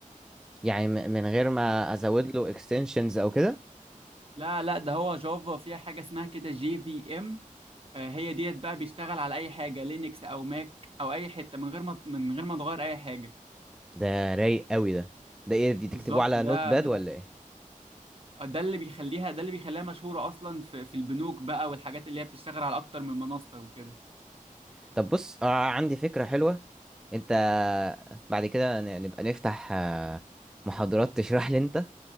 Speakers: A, in the centre; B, on the right (about 40°).
A: يعني م- من غير ما ازود له اكستنشنز او كده
B: لا لا ده هو جافا فيها حاجة اسمها كده جي في ام آه، هي ديت بقى بيشتغل على أي حاجة لينكس أو ماك أو أي حتة من غير ما من غير ما تغير أي حاجة
A: ده رايق قوي ده ده ايه دي تكتبوه
B: بالظبط
A: على نوت
B: ده
A: باد
B: ده
A: ولا ايه
B: ده اللي بيخليها ده اللي بيخليها مشهورة أصلا في في البنوك بقى والحاجات اللي هي بتشتغل على أكتر من منصة وكده
A: طب بص آه عندي فكرة حلوة انت بعد كده ن- نبقى نفتح آه، محاضرات تشرح لي انت